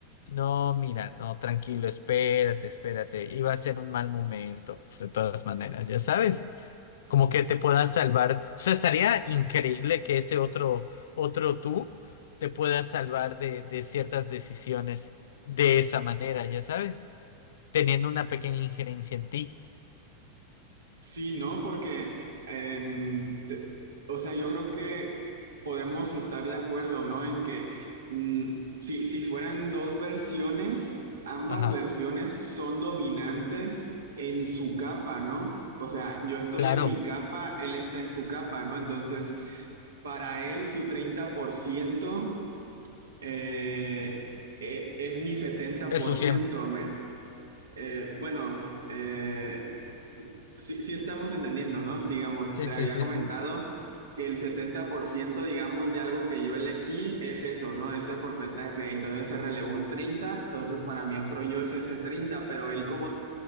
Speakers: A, on the left; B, on the right.
A: no, mira, no, tranquilo, espérate, espérate, iba a ser un mal momento, de todas maneras, ya sabes, como que te puedas salvar, o sea, estaría increíble que ese otro, otro tú te pueda salvar de, de ciertas decisiones de esa manera, ya sabes, teniendo una pequeña injerencia en ti.
B: Sí, ¿no? Porque, em, te- o sea, yo creo que podemos estar de acuerdo, ¿no? En que mm, si, si fueran dos versiones, ambas
A: Ajá,
B: versiones son dominantes en su capa, ¿no? O sea, yo estoy
A: claro.
B: en mi capa, él está en su capa, ¿no? Entonces, para él su 30% eh, e- es mi 70%.
A: Eso siempre.
B: me- eh, bueno, eh, sí, sí estamos entendiendo, ¿no? Digamos,
A: Sí,
B: te
A: sí,
B: había
A: sí,
B: comentado
A: sí.
B: que el 70%, digamos, de algo que yo elegí es eso, ¿no? Ese porcentaje. Entonces se relegó un 30, entonces para mí otro yo es ese 30, pero él como